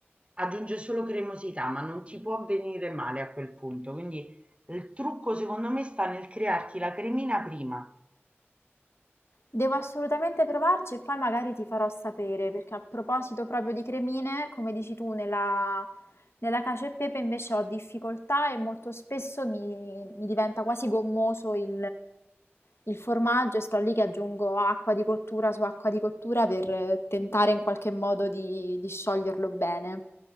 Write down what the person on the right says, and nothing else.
aggiunge solo cremosità, ma non ti può venire male a quel punto. Quindi il trucco secondo me sta nel crearti la cremina prima.